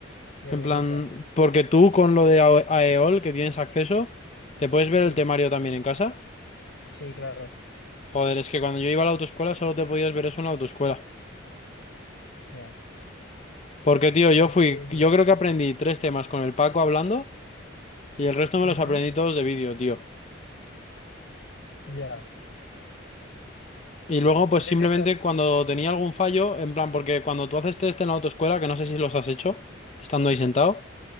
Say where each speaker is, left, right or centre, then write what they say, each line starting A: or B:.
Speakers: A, on the left (about 65°); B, on the left (about 35°).
A: debería.
B: En plan, porque tú con lo de AO- AEOL que tienes acceso, ¿te puedes ver
A: Sí,
B: el temario también en casa?
A: sí, claro,
B: Joder, es que cuando yo iba a la autoescuela solo te podías ver eso en la autoescuela.
A: ya.
B: Porque, tío,
A: Torero.
B: yo fui, yo creo que aprendí tres temas con el Paco hablando. Y el resto me
A: Ujú,
B: los aprendí todos de vídeo, tío.
A: Ya.
B: Y luego, pues
A: ¿Yo
B: simplemente
A: qué tal?
B: cuando tenía algún fallo, en plan, porque cuando tú haces test en la autoescuela, que no sé si los has hecho, estando ahí sentado,